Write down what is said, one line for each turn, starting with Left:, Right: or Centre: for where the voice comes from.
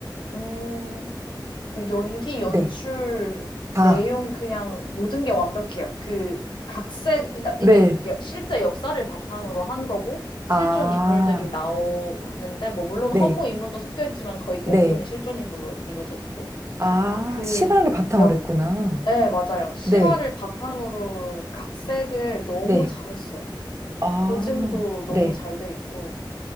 Left: 음, 뭐 연기, 연출,
Right: 네. 아,
Left: 내용 그냥 모든 게 완벽해요. 그 각색, 그러니까 이게
Right: 네.
Left: 여- 실제 역사를 바탕으로 한 거고 실존
Right: 아,
Left: 인물들이 나오는데 뭐 물론
Right: 네,
Left: 허구 인물도 섞여 있지만 거의 대부분이
Right: 네.
Left: 실존 인물로 이루어져 있고
Right: 아,
Left: 그
Right: 실화를 바탕으로
Left: 역,
Right: 했구나.
Left: 네, 맞아요. 실화를
Right: 네,
Left: 바탕으로 각색을 너무
Right: 네.
Left: 잘했어요.
Right: 아,
Left: 고증도 너무
Right: 네.
Left: 잘 돼 있고.